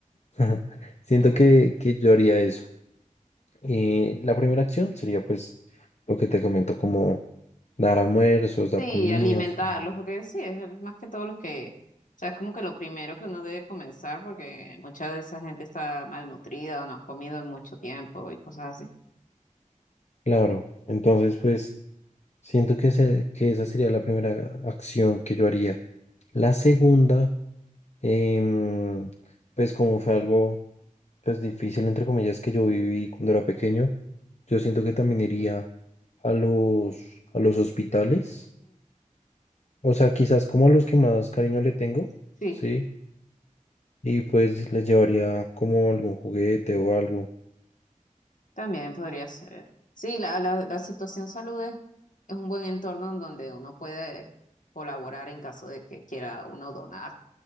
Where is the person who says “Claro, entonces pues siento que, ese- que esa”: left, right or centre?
Left